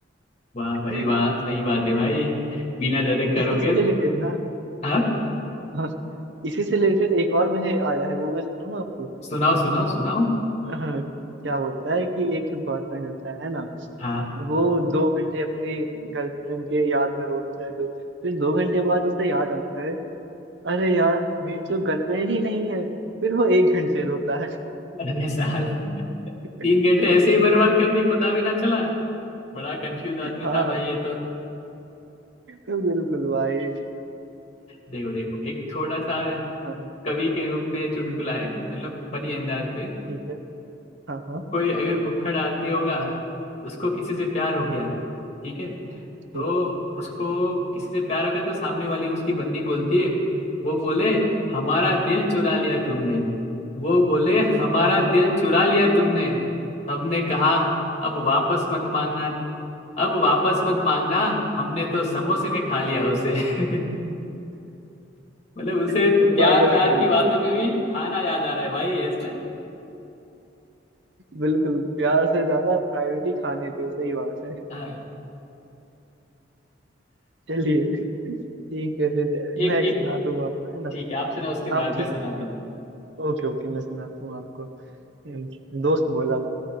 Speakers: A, on the left; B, on the right.
A: वाह
B: <laughs>
A: भाई वाह सही बात है भाई बिना डरे करोगे
B: इसी से रिलेटेड
A: तो-
B: ना
A: हाँ
B: हाँ, इसी से रिलेटेड एक और मुझे आया है वो मैं सुनाऊँ आपको
A: सुनाओ सुनाओ सुनाओ
B: <laughs> हाँ, क्या होता है कि एक बॉयफ्रेंड होता है ना
A: हाँ
B: वो दो घंटे अपने गर्लफ्रेंड के याद में रोता है दो, फिर दो घंटे बाद उसे याद आता है अरे यार मेरी तो गर्लफ्रेंड ही नहीं है फिर वो एक घंटे रोता है
A: अरे साल
B: <laughs>
A: तीन घंटे ऐसे ही बर्बाद कर दिए पता भी ना चला बड़ा कंफ्यूज आदमी
B: हाँ
A: था भाई ये तो
B: बिल्कुल भाई
A: देखो देखो एक थोड़ा सा
B: हाँ हाँ,
A: कवि के रूप में चुटकुला
B: हम्म, हम्म,
A: है मतलब फनी अंदाज में
B: ठीक है हाँ हाँ
A: कोई अगर भुक्खड़ आदमी होगा उसको किसी से प्यार हो
B: हम्म,
A: गया
B: हम्म,
A: ठीक है
B: ठीक
A: तो
B: है
A: उसको किसी से प्यार हो गया तो सामने वाली उसकी बंदी बोलती है वो बोले हमारा
B: हम्म,
A: दिल चुरा लिया तुमने वो बोले हमारा
B: हाँ
A: दिल चुरा लिया तुमने हमने कहा अब वापस मत मांगना अब वापस मत मांगना हमने तो समोसे में खा
B: हाँ
A: लिया उसे <laughs> मतलब उसे
B: <laughs> वापस
A: प्यार व्यार
B: मग्न
A: की बातों में भी खाना याद आ रहा है भाई ऐसा है।
B: बिल्कुल प्यार से ज्यादा प्रायोरिटी खाने पे सही बात है
A: हाँ <laughs>
B: चलिए ठीक है फिर
A: एक
B: मैं एक
A: एक
B: सुनाता हूँ आपको है ना
A: ठीक है आपसे ना उसके
B: आप
A: बाद में
B: ठीक
A: सुनाता
B: है ठीक है
A: हूँ
B: ओके ओके मैं सुनाता हूँ आपको हम्म, दोस्त बोला